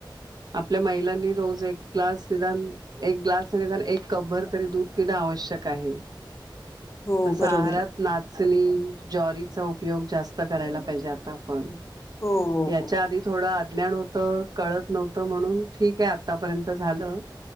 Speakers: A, on the right; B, on the left.
A: आपल्या महिलांनी रोज एक ग्लास निदान एक ग्लास नाही निदान एक कप भर तरी दूध पिणं आवश्यक आहे.
B: <inaudible>
A: तसं
B: बरोबर
A: आहारात
B: आहे
A: नाचणी, ज्वरीचा उपयोग जास्त करायला पाहिजे आता आपण.
B: हो हो
A: च्या आधी थोडं अज्ञान होत कळत नव्हतं म्हणून ठीक आहे आतापर्यंत झालं